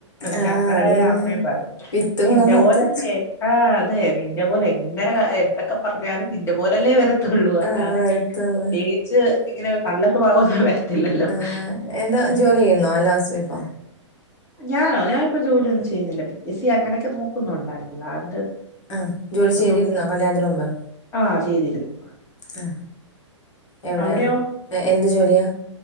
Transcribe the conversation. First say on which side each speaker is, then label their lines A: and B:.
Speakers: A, on the left; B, on the left.
A: ആഹ്
B: ഞങ്ങളുടെ
A: അത് തന്നെ
B: അമ്മയും പറയും
A: വിത്ത്
B: നിന്റെ
A: ഗുണം പത്ത്
B: പോലല്ലേ ആ് അതെ നിന്റെ പോലെ അങ്ങനെ എന്ത പറഞ്ഞാല നിന്റെ പോലല്ലേ വരത്തുള്ളൂ അല്ലാതെ
A: ആഹ് അടുത്താണ്
B: പ്രത്യേകിച്ച് ഇങ്ങനെ നല്ല അവൊന്നും വരത്തില്ലല്ലോ.
A: ആഹ് എന്താ
B: ഉം
A: ജോലി ചെയ്യുന്നോ അല്ല ഹൗസ് വൈഫോ?
B: ഞാനോ ഞാനിപ്പോ ജോലിയന്നും ചെയ്യുന്നില്ല പി എസ് സി അങ്ങനെയൊക്കെ നോക്കുന്നുണ്ട അല്ലാണ്ട്
A: ആ ജോലി ചെയ്തിരുന്നോ
B: ഒന്നും
A: കല്യാണത്തിന് മുമ്പ്.
B: ആഹ് ചെയ്തിരുന്നു.
A: ആ എവിട
B: അവിടെയോ
A: എന്ത് ജോലിയാ?